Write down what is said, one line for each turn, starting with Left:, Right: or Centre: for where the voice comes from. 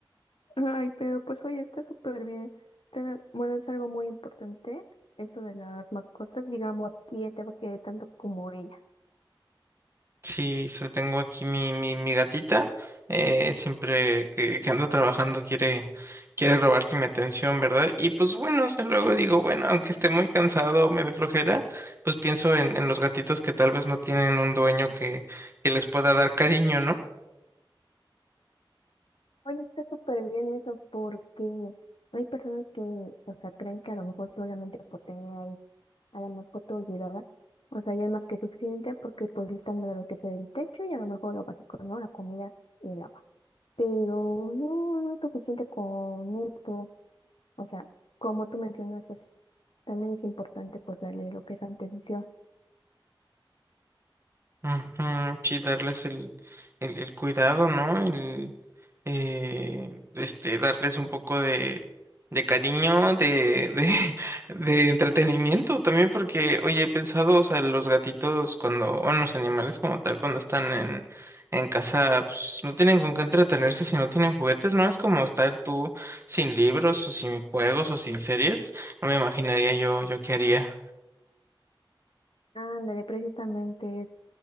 Left: Ay, pero pues hoy está súper bien. Te- bueno, es algo muy importante, eso de las mascotas, digamos, quién te va a querer tanto como ella.
Right: Sí, so- tengo aquí mi, mi, mi gatita, eh, siempre que, que ando trabajando quiere, quiere robarse mi atención, ¿verdad? Y pues bueno, o sea, luego digo, bueno, aunque esté muy cansado, me dé flojera, pues pienso en, en los gatitos que tal vez no tienen un dueño que, que les pueda dar cariño, ¿no?
Left: Oye, está súper bien eso porque hay personas que, o sea, creen que a lo mejor solamente por tener ahí a la mascota olvidada, o sea, ya es más que suficiente porque pues le están dando lo que sea el techo y a lo mejor lo básico, ¿no? La comida y el agua. Pero no, no es suficiente con esto. O sea, como tú mencionas, es- también es importante pues darle lo que es atención.
Right: Ujú, Sí, darles el, el, el cuidado, ¿no? El, eh, este, darles un poco de, de cariño, de, de, <laughs> de entretenimiento también, porque, oye, he pensado, o sea, los gatitos cuando, o en los animales como tal, cuando están en, en casa, pues no tienen con qué entretenerse si no tienen juguetes, ¿no? Es como estar tú sin libros o sin juegos o sin series. No me imaginaría yo, yo qué haría.
Left: Ándale, precisamente, es-